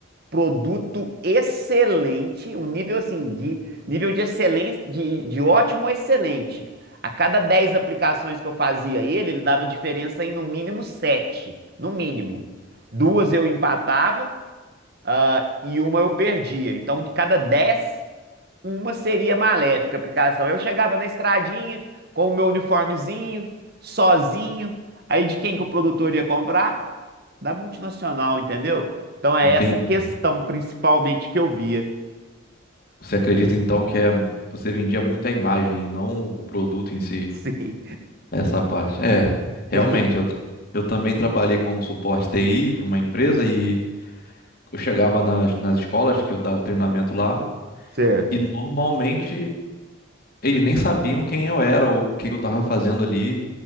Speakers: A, on the right; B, on the left.
A: Produto excelente, um nível assim, de nível de excelência, de, de ótimo a excelente. A cada 10 aplicações que eu fazia ele, ele dava diferença em no mínimo 7, no mínimo. Duas eu empatava, ah, e uma eu perdia. Então, de cada 10 uma seria maléfica a aplicação. Eu chegava na estradinha com o meu uniformezinho, sozinho. Aí de quem que o produtor ia comprar? da multinacional, entendeu? Então é
B: entendi.
A: essa questão principalmente que eu via.
B: Você acredita então que é... você vendia muito a imagem e não o produto em si,
A: Sim,
B: essa parte? É, realmente.
A: <laughs> tem-
B: Eu, tra- eu também trabalhei como suporte TI para uma empresa e eu chegava nas, nas escolas que eu dava o treinamento lá.
A: certo.
B: E normalmente Eles nem sabiam quem eu era ou o que que eu tava fazendo ali.